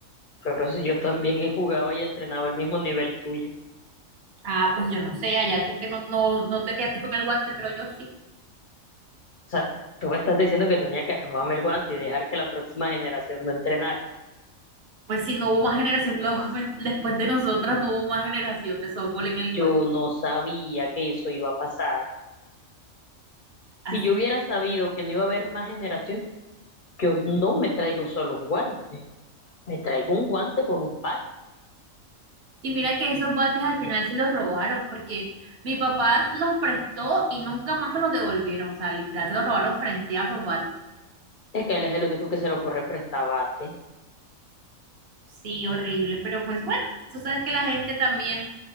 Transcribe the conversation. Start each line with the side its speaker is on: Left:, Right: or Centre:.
Left: Pero si yo también <laughs> jugaba y entrenaba al mismo nivel tuyo.
Right: Ah, pues yo no sé, allá tú que no, no, no te quedaste con el guante, pero yo sí.
Left: O sea, tú me estás diciendo que tenía que robarme el guante y dejar que la próxima generación no entrenara.
Right: Pues si no hubo más generación, luego <laughs> después de nosotras no hubo más generación de softball en el
Left: Yo
Right: colegio.
Left: no sabía que eso iba a pasar.
Right: Así.
Left: Si yo hubiera sabido que no iba a haber más generación, yo no me traigo solo un guante, me traigo un guante con un bate.
Right: Y mira que esos bates al final se los robaron porque mi papá los prestó y nunca más se los devolvieron. O sea, literal se los robaron frente a esos bates.
Left: Es que él es el único que se le ocurre prestar bate.
Right: Sí, horrible, pero pues bueno, tú sabes que la gente también,